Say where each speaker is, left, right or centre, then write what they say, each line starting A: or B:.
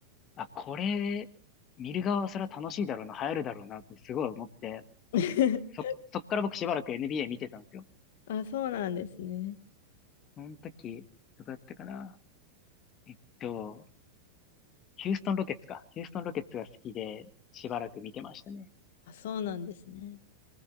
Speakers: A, on the left; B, on the left.
A: あ、これ、見る側はそれは楽しいだろうな、流行るだろうなってすごい思って、
B: <laughs>
A: そ、そっから僕しばらく NBA 見てたんですよ。
B: あ、そうなんですね。
A: その時、どこだったかな。えっと、ヒューストンロケッツか。ヒューストンロケッツが好きで、しばらく見てましたね。
B: あ、そうなんですね。